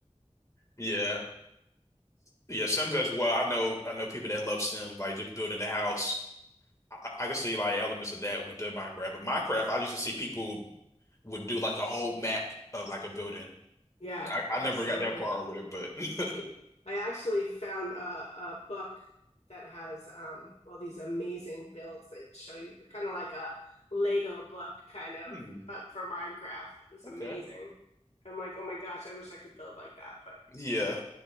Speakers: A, on the left; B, on the left.
A: <laughs> Yeah. Yeah, Sims as well. I know I know people that love Sims, like just building the house. I, I can see like elements of that with the Minecraft. But Minecraft, I used to see people would do like a whole map of like a building.
B: Yeah,
A: I, I never
B: absolutely.
A: got that far with it, but <laughs>
B: I actually found a, a book that has um, all these amazing builds that show you kind of like a Lego book, kind of,
A: Hmm,
B: but for Minecraft. It was
A: okay.
B: amazing. I'm like, oh my gosh, I wish I could build like that, but
A: Yeah,